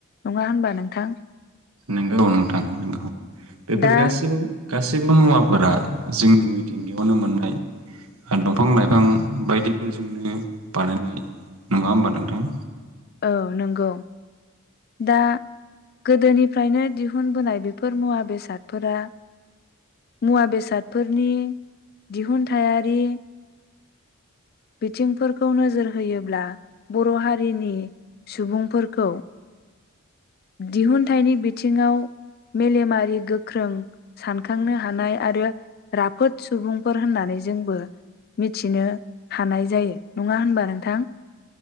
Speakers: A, on the left; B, on the right.
A: नङा होनबा नोंथां?
B: नंगौ नोंथां नगौ बेफोर
A: दा
B: गासिबो गासैबो मुवाफोरा जोंनि मिथिंगायावनो मोननाय दंफां लाइफां बायदिफोरजोंनो बानायनाय नङा होमबा नोंथां?
A: औ नंगौ दा गोदोनिफ्रायनो दिहुनबोनाय बेफोर मुवा बेसादफोरा मुवा बेसादफोरनि दिहुनथायारि बिथिंफोरखौ नोजोर होयोब्ला बर' हारिनि सुबुंफोरखौ दिहुनथाइनि बिथिङाव मेलेमारि गोख्रों सानखांनो हानाय आरो राफोद सुबुंफोर होननानै जोंबो मिथिनो हानाय जायो। नङा होनबा नोंथां?